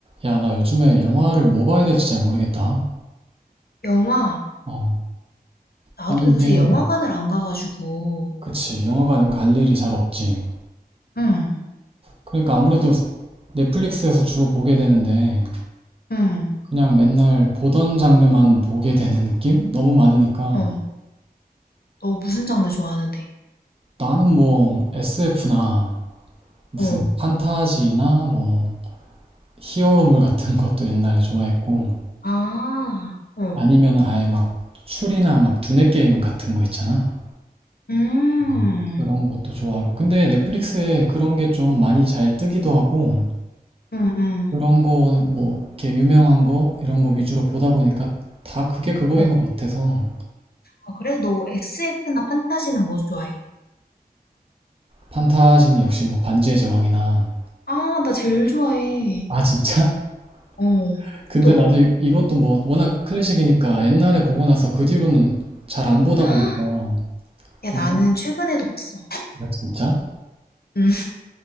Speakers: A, on the right; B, on the left.
A: 야, 나 요즘에 영화를 뭐 봐야 될지 잘 모르겠다.
B: 영화,
A: 어,
B: 나도
A: 아니
B: 요새
A: 이게,
B: 영화관을 안 가가지고,
A: 그치, 영화관 갈 일이 잘 없지.
B: 응,
A: 그러니까 아무래도 넷플릭스에서 주로 보게 되는데,
B: 응,
A: 그냥 맨날 보던 장르만 보게 되는 느낌? 너무 많으니까.
B: 어, 너 무슨 장르 좋아하는데?
A: 나는 뭐 SF나 무슨
B: 어,
A: 판타지나 뭐 히어로물 같은 것도 옛날에 좋아했고,
B: 아, 어,
A: 아니면 아예 막 추리나 막 두뇌 게임 같은 거 있잖아.
B: 음,
A: 음, 그런 것도 좋아하고. 근데 넷플릭스에 그런 게 좀 많이 잘 뜨기도 하고,
B: 응, 응,
A: 그런 거는 뭐, 이렇게 유명한 거, 이런 거 위주로 보다 보니까 다 그게 그거인
B: 응.
A: 것 같아서,
B: 아, 그래? 너 SF나 판타지는 뭐 좋아해?
A: 판타지는 역시 뭐, 반지의 제왕이나,
B: 아, 나 제일 좋아해.
A: 아, 진짜?
B: 어,
A: <laughs> 근데
B: 또,
A: 나도 이, 이것도 뭐, 워낙 클래식이니까 옛날에 보고 나서 그 뒤로는 잘 안 보다
B: <gasps> 아,
A: 보니까,
B: 야,
A: 좀
B: 나는
A: 깜,
B: 최근에도 봤어.
A: 아, 진짜?
B: 응, <laughs>